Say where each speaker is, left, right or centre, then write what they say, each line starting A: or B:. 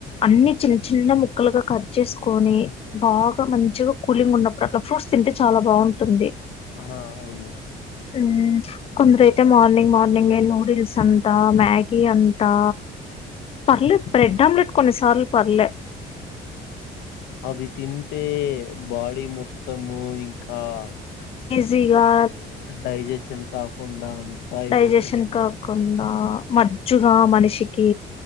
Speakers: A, on the left (about 35°); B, on the left (about 85°).
A: అన్ని చిన్న చిన్న ముక్కలుగా కట్ చేసుకొని బాగా మంచిగా కూలింగ్ ఉన్నప్పుడు అట్లా ఫ్రూట్స్ తింటే చాలా బాగుంటుంది.
B: ఆ అవును
A: మ్మ్ కొందరైతే మార్నింగ్ మార్నింగే నూడిల్స్ అంతా మ్యాగీ అంతా పర్లేదు బ్రెడ్ ఆమ్లెట్ కొన్నిసార్లు పర్లే.
B: అవి తింటే బాడీ మొత్తము ఇంకా ఆ
A: జీగా
B: డైజెషన్ కాకుండా అంతా అయిపోతుంది.
A: డైజేషన్ కాకుండ ఆ మజ్జుగా మనిషికి